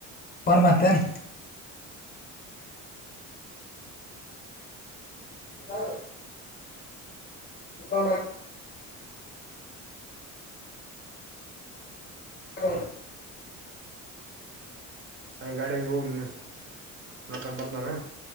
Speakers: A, on the left; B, on the right.
A: ನ್ ಮಾಡತನೆ ಹ ಹಪ್ಪ ಆ
B: ಹ ಹ ಗಾಡಿ ಹಂಗ ಹೋಗ ನೀಕ ಬರ್ತನಾನ